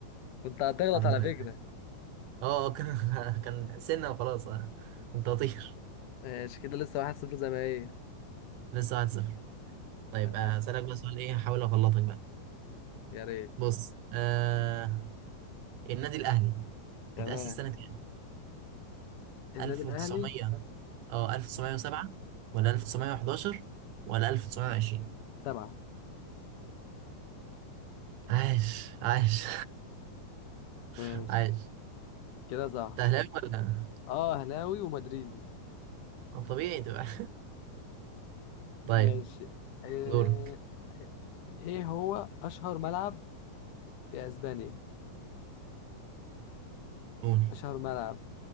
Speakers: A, on the left (about 65°); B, on the right (about 80°).
A: كنت هتغلط
B: الحمد
A: على
B: لله
A: فكرة
B: أه آه، كان <laughs> كان سنة وخلاص آه، كنت هطير
A: ماشي كده لسه واحد صفر زي ما هي
B: لسه واحد صفر طيب
A: تمام
B: آه، أسألك بقى سؤال إيه هحاول أغلطك بقى
A: يا ريت
B: بص آه النادي الاهلي
A: تمام
B: اتأسس سنة كام
A: النادي
B: 1900
A: الاهلي
B: اه 1907 ولا 1911 ولا 1920
A: سبعة
B: عايش عايش <laughs>
A: ماشي
B: عايش
A: كده صح
B: تهلاوي ولا
A: اه اهلاوي ومدريدي
B: آه، طبيعي تبقى طيب
A: ماشي آه،
B: دورك
A: ايه هو اشهر ملعب في اسبانيا
B: قول
A: اشهر ملعب